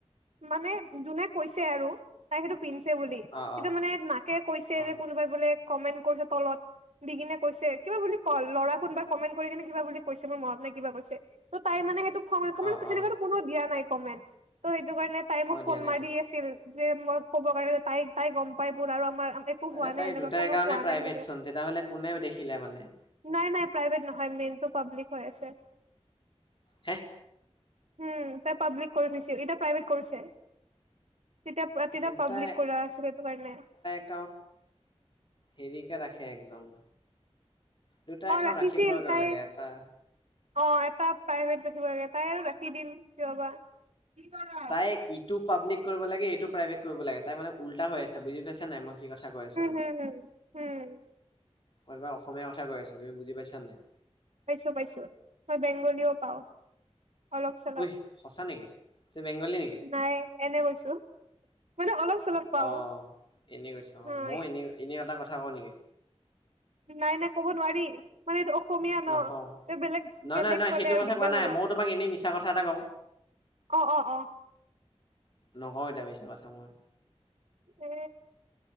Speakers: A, on the right (about 85°); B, on the left (about 45°).
A: মানে যোনে কৈছে আৰু তাই সেইটো পিন্ধছে বুলি,
B: অ
A: এতিয়া
B: অ
A: মানে মাকে কৈছে
B: অ
A: যে কোনোবাই বোলে কমেন্ট কৰিছে তলত। দি কিনে কৈছে কিবা বুলি ক ল'ৰা কোনোবাই কমেণ্ট কৰি কিনে কিবা বুলি কৈছে মোৰ মনত নাই কিবা কৈছে। ত' তাই মানে সেইটো খং
B: অ
A: সেনে
B: অ
A: কোনো দিয়া নাই কমেণ্ট ত' সেইটো কাৰণে তাই মোক
B: অ
A: ফোন
B: দিয়া নাইতো
A: মাৰি আছিল যে মই ক'ব কাৰণে যে তাই তাই গ'ম পাই আৰু আমাৰ একো
B: আৰে
A: হোৱা নাই
B: তাইৰ
A: সেনেকুৱা
B: দুটা
A: কোনো
B: একাউন্টেই
A: কোৱা
B: প্ৰাইভেট
A: নাই সেনেকে
B: চোন, তেতিয়াহ'লে কোনে দেখিলে মানে?
A: নাই নাই প্ৰাইভেট নহয় মেইনটো পাব্লিক হৈ আছে।
B: হে?
A: উম, তাই পাব্লিক কৰি থৈছে এতিয়া প্ৰাইভেট কৰিছে। তেতিয়া তেতিয়া
B: দুটাই
A: পাব্লিক কৰা আছিল সেইটো কাৰনে।
B: <unintelligible> হেৰিকে ৰাখে একদম। দুটা
A: অ
B: একাউন্ট
A: ৰাখিছিল
B: ৰাখিবই কিয়
A: তাই
B: লাগে এটা।
A: অ', এটা প্ৰাইভেট ৰাখিব লাগে তাই ৰাখি দিল কিয়বা! কি ক'ৰ?
B: তাই ইটো পাব্লিক কৰিব লাগে এইটো প্ৰাইভেট কৰিব লাগে তাই মানে উল্টা হৈ আছে বুজি পাইছা নাই মই কি কথা কৈ আছো তোমাক?
A: হম হম উম
B: মই তোমাক অসমীয়া কথা কৈ আছো তুমি বুজি পাইছা নে নাই?
A: পাইছো পাইছো মই বেংগলীও পাও। অলপ চলপ
B: ঐ সঁচা নেকি তুই বেংগলী নেকি?
A: নাই এনে কৈছো। মানে অলপ চলপ পাও
B: অ', এনে কৈছা অ',
A: হয়
B: মইও এনে এনে এটা কথা কওঁ নেকি?
A: নাই নাই ক'ব নোৱাৰি। মানে এইটো অসমীয়া ন'
B: নকওঁ
A: ত' বেলেগ
B: নহয়
A: বেলেগ
B: নহয় নহয়
A: কলে
B: সেইটো
A: আৰু
B: কথা
A: দিগদাৰ
B: কোৱা নাই
A: হ'ব।
B: ময়ো তোমাক এনেই মিছা কথা এটা কওঁ
A: অ', অ', অ'।
B: নকওঁ এতিয়া মিছা কথা মই।
A: এ